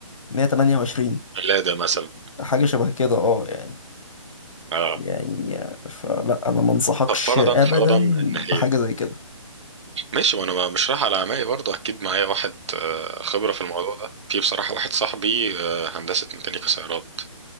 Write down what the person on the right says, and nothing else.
قلادة مثلا
اه
طب فرضا
فرضا
إن هي
ماشي وأنا ما- مش رايح على عمائي برضه أكيد معايا واحد آه، خبرة في الموضوع ده في بصراحة واحد صاحبي آه، هندسة ميكانيكا سيارات